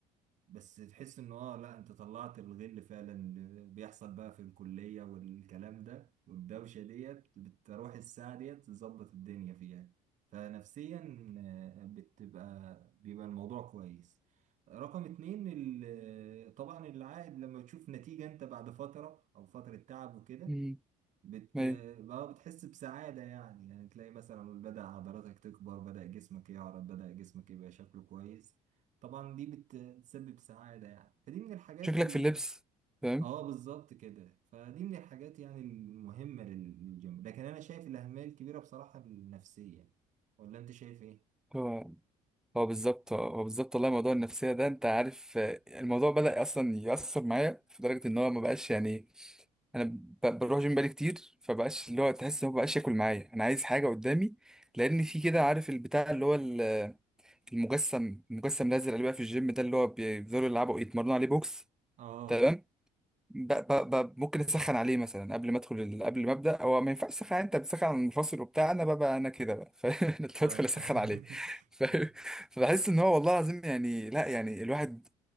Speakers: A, on the right; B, in the centre.
A: بس تحس ان اه لا انت طلعت الغل فعلا اللي بيحصل بقى في الكلية والكلام ده والدوشة ديت بتروح الساعة ديت تظبط الدنيا فيها فنفسيا آه، بتبقى بيبقى الموضوع كويس رقم اتنين ال- آه، طبعا العائد لما تشوف نتيجة انت بعد فترة او فترة تعب وكده
B: امم
A: بت
B: ايوه
A: بقى بتحس بسعادة يعني يعني تلاقي مثلا بدأ عضلاتك تكبر بدأ جسمك يعرض بدأ جسمك يبقى شكله كويس طبعا دي بت- بتسبب سعادة يعني فدي من الحاجات
B: شكلك
A: ال
B: في اللبس فاهم
A: اه بالظبط كده فدي من الحاجات يعني المهمة لل- للجيم لكن أنا شايف الأهمية الكبيرة بصراحة النفسية ولا أنت شايف إيه؟
B: هو هو بالظبط هو بالظبط والله موضوع النفسية ده انت عارف آه، الموضوع بدأ اصلا يأثر معايا في درجة ان هو ما بقاش يعني انا ب- بروح جيم بقالي كتير فبقاش اللي هو تحس ان هو بقاش ياكل معايا انا عايز حاجة قدامي لان في كده عارف البتاع اللي هو ال- المجسم المجسم الازرق اللي بقى في الجيم ده اللي هو بيفضلوا يلعبوا يتمرنوا عليه بوكس
A: اه
B: تمام ب... ب... ب... ممكن اسخن عليه مثلا قبل ما ادخل ال... قبل ما ابدا هو ما ينفعش تسخن انت بتسخن على المنفصل وبتاع انا بقى انا كده بقى فاهم <laughs> انت
A: اه
B: بدخل اسخن
A: <laughs>
B: عليه فاهم
A: اه
B: فبحس
A: اه
B: ان هو والله العظيم يعني لا يعني الواحد